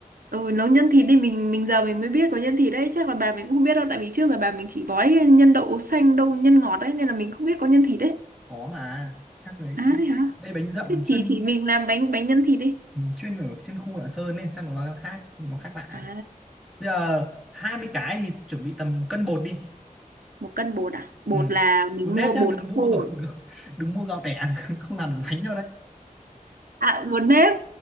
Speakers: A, on the right; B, in the centre.
A: ừ nấu nhân thịt đi mình mình giờ mình mới biết có nhân thịt đấy chắc là bà mình cũng không biết đâu tại vì trước giờ bà mình chỉ gói nhân đậu xanh đậu nhân ngọt đấy nên là mình không biết có nhân thịt đấy
B: khó mà chắc là
A: à
B: ít-
A: thế hả
B: đây bánh dậm
A: Thế chị
B: chuyên
A: chị mình làm bánh bánh nhân thịt đi.
B: chuyên ở trên khu Lạng Sơn nên chắc nó nó khác nó khác lạ
A: À,
B: bây giờ 20 cái thì chuẩn bị tầm một cân bột đi
A: một cân bột à? Bột
B: ừ.
A: là mình
B: bột nếp
A: mua
B: nhá
A: bột
B: đừng mua
A: khô
B: <laughs> đừng,
A: à?
B: đừng mua gạo tẻ <laughs> không làm được bánh đâu đấy
A: À, bột nếp.